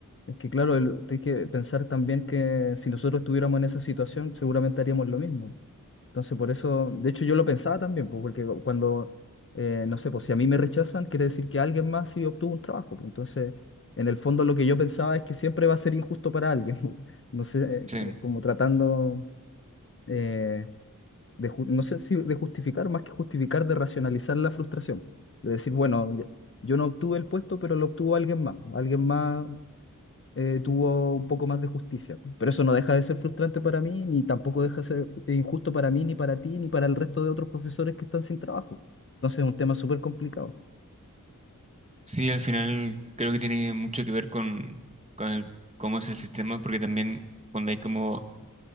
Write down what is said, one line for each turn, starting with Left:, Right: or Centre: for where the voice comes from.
Left: Es que claro, el- hay que pensar también que si nosotros estuviéramos en esa situación, seguramente haríamos lo mismo. Entonces, por eso, de hecho, yo lo pensaba también, pues, porque cuando, eh, no sé, pues si a mí me rechazan, quiere decir que alguien más sí obtuvo un trabajo. pues. entonces, en el fondo lo que yo pensaba es que siempre va a ser injusto para alguien. <laughs> No sé, eh,
Right: sí.
Left: eh, como tratando eh, de, ju- no sé si de justificar, más que justificar, de racionalizar la frustración. De decir, bueno, ya- yo no obtuve el puesto, pero lo obtuvo alguien más. Alguien más eh, tuvo un poco más de justicia. Pero eso no deja de ser frustrante para mí, ni tampoco deja de ser injusto para mí, ni para ti, ni para el resto de otros profesores que están sin trabajo. Entonces es un tema súper complicado.
Right: Sí, al final creo que tiene mucho que ver con, con el- cómo es el sistema, porque también cuando hay como